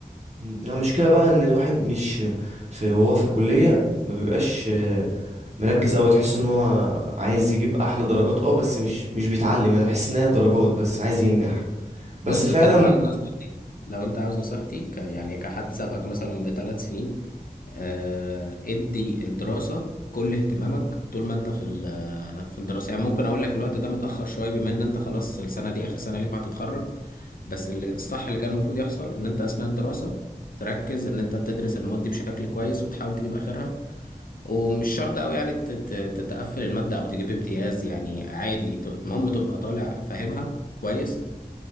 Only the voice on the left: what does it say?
بص
انت
لو عايز
نصيحتي لو انت عاوز نصيحتي ك يعني كحد سابقك مثلا بثلاث سنين آه ادي الدراسة كل اهتمامك طول ما انت في ال- في الدراسة يعني ممكن اقول لك الوقت ده متأخر شوية بما ان انت خلاص السنة دي اخر سنة ليك وهتتخرج بس اللي- الصح اللي كان المفروض يحصل ان انت اثناء الدراسة تركز ان انت تدرس المواد دي بشكل كويس وتحاول تجيب اخرها ومش شرط قوي يعني تت- تت- تتقفل المادة او تجيب امتياز يعني عادي ت- المهم تبقى طالع فاهمها كويس